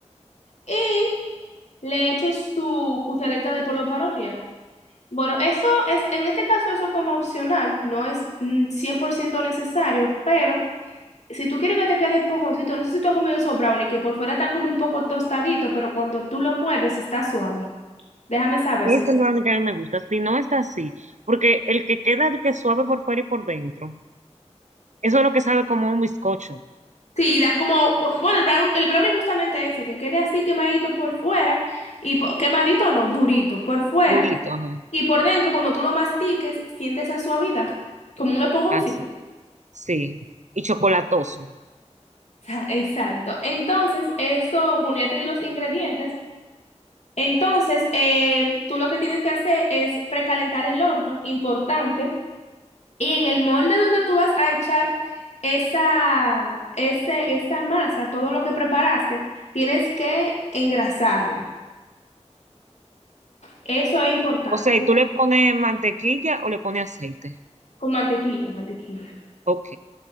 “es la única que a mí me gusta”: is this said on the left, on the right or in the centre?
Right